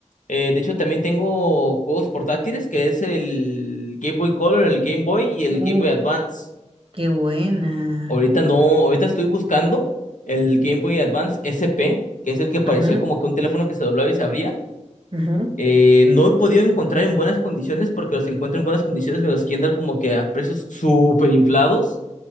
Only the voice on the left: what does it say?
Eh, de hecho, también tengo juegos portátiles que es el Game Boy Color, el Game Boy y el
Game Boy Advance.
Ahorita no, ahorita estoy buscando el Game Boy Advance SP, que es el que parecía
como que un teléfono que se doblaba y se abría.
Eh, no he podido encontrar en buenas condiciones porque los que encuentro en buenas condiciones me los quieren dar como que a precios súper inflados.